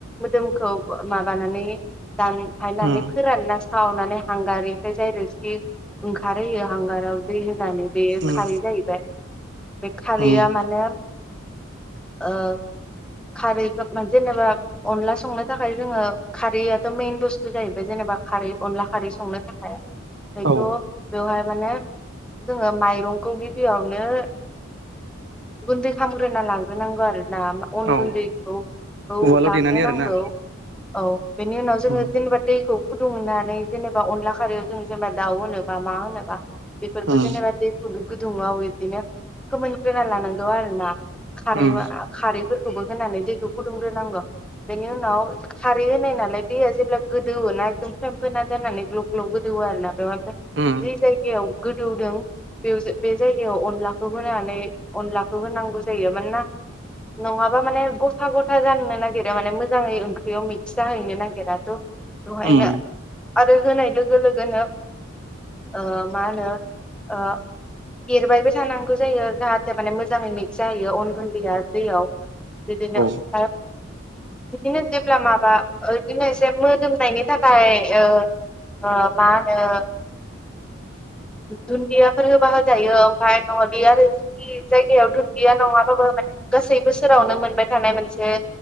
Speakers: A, in the centre; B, on the right.
A: मोदोमखौ माबानानै दानफायनानै
B: उम
A: फोराननास खावनानै हांगारनिफ्राय जाय रोसि ओंखारहोयो हांगाराव दै होनानै बे
B: उम
A: खारै जाहैबाय बे खारैया
B: उम
A: माने ओ खारैखौ मोन जेनेबा अनला संनो थाखाय जोङो खारैयाथ' मेन बुस्थु जाहैबाय जेनेबा खारै अनला खारै संनो थाख खाय बेथ
B: औ
A: बेवहाय माने जोङो माइरंखौ गिबियावनो गुन्दै खालामग्रोना लाग्रोनांगौ आरो ना अन
B: औ
A: गुन्दैखौ औ
B: उवालाव
A: लाग्रोनांगौ
B: देनानै आरोना
A: औ बेनि उनाव जोङो
B: उम
A: जेनेबा दैखौ फुदुंनानै जेनेबा अनला खारैयाव जों जेनेबा दाउ होनोबा मा होनोबा बेफोरखौ
B: उम
A: जेनेबा दै फुदुंगोर दुंआव बिबदिनो फोमोनग्रोना लानांगौ आरो ना खारै
B: उम
A: मा खारै फोरखौबोहोनानै दैखो फुदुंग्रोनांगो बेनि उनाव खारै होनायनालाय दैया जेब्ला गोदोवोना एकदम फेंफोना जानानै ग्लोव ग्लोव गोदोवो आरोना बेवहाय ओमफ्राय
B: उम
A: जि जायगायाव गोदौदों बेयाव बे जायगायाव अनला खौ होनानै अनलाखौ होनांगौ जायो मानोना नङाबा माने गथा गथा जानो नागिरो माने मोजाङै ओंख्रियाव मिक्स जाहैनो नागिरा त' दहायनो
B: उम
A: आत होनाय लोगो लोगोनो ओ मा ओनो ओ एरबायबो थानांगो जायो जाहाथे माने मोजाङै मिक्स जाहैयो अन गुन्दैया दैयाव बिदिनो
B: औ
A: ओमफाय बिदिनो जेब्ला माबा ओ इदिनो एसे मोदोमनायनि थाखाय ओ ओ मा होनो दुन्दियाफोर होबा होजायो ओमफ्राय न'लि आरो जोंनि जायगायाव दुन्दिया नङाबाबो माने गासै बोसोरावनो मोनबाय थानाय मोनसे